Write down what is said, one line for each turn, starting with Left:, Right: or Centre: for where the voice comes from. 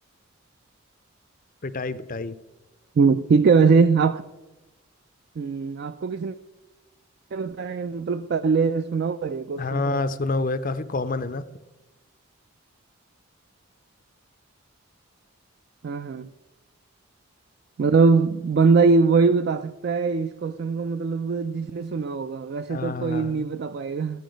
Left: पिटाई पिटाई
Right: हम्म, ठीक है वैसे आप हम्म, आपको किसने बताया मतलब पहले सुना हुआ है ये क्वेश्चन
Left: हाँ
Right: शायद
Left: सुना हुआ है काफी कॉमन है ना
Right: हाँ हाँ मतलब बंदा ये वही बता सकता है इस क्वेश्चन को मतलब जिसने सुना होगा वैसे
Left: हाँ
Right: तो कोई नहीं बता पाएगा